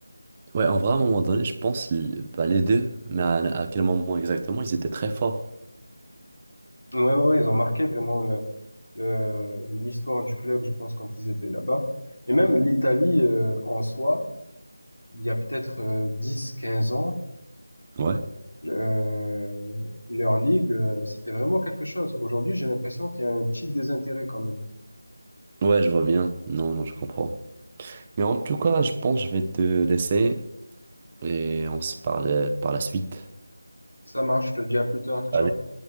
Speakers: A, on the right; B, on the left.
A: Ouais, en vrai, à un moment donné, je pense, l- bah, les deux, mais à, à quel moment exactement, ils étaient très forts.
B: Ouais, ouais, ouais, ils ont marqué vraiment le, le- l'histoire du club, je pense, quand ils étaient là-bas. Et même l'Italie, euh, en soi, il y a peut-être euh, 10, 15 ans,
A: Ouais.
B: euh, leur ligue, euh, c'était vraiment quelque chose. Aujourd'hui, j'ai l'impression qu'il y a un petit désintérêt quand même.
A: Ouais, je vois bien. Non, non, je comprends. Mais en tout cas, je pense que je vais te laisser et on se parle euh, par la suite.
B: Ça marche, je te dis à plus tard, ciao.
A: Salut.